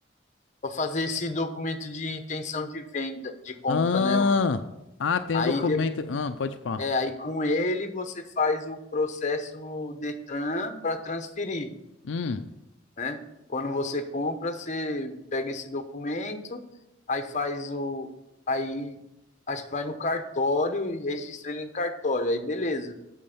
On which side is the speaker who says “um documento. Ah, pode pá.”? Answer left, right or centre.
Left